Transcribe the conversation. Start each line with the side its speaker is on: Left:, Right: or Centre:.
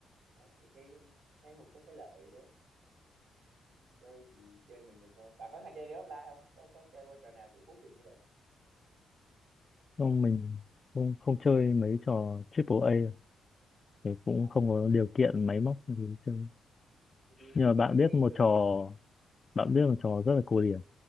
Right: đấy thì cái thấy một số cái lợi đấy chơi thì chơi mình mình thôi bà có hay chơi game offline không có có chơi qua trò nào kiểu cốt truyện như vậy không
Left: không mình không không chơi mấy trò triple A đâu. thì cũng
Right: à, hả.
Left: không có điều kiện máy móc gì để chơi
Right: thì
Left: nhưng mà
Right: game
Left: bạn
Right: indie
Left: biết một
Right: cũng được
Left: trò
Right: mà
Left: bạn biết một trò rất là cổ điển